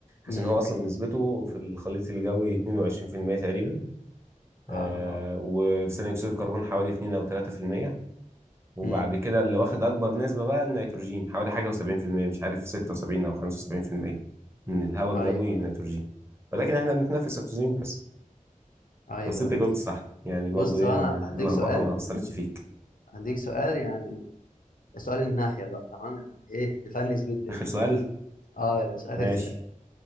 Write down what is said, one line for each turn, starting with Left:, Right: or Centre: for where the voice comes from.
Left: امم
Right: عشان هو اصلا نسبته في الخليط الجوي 22% تقريبا آه
Left: آه آه
Right: وثاني اكسيد الكربون حوالي 2 او 3% وبعد
Left: امم
Right: كده اللي واخد اكبر نسبه بقى النيتروجين حوالي حاجه و70% مش عارف 76 او 75% من الهواء
Left: أيوه
Right: الجوي نيتروجين ولكن احنا بنتنفس اكسجين بس
Left: أيوه
Right: بس انت جاوبت صح يعني برضو
Left: بص
Right: ايه
Left: هو
Right: ما-
Left: أنا هديك
Right: اللخبطه
Left: سؤال
Right: ما اثرتش فيك
Left: هديك سؤال يعني سؤال النهاية بقى تمام يعني إيه نفنس بيه الدنيا
Right: اخر سؤال
Left: أه يا باشا آخر
Right: ماشي
Left: سؤال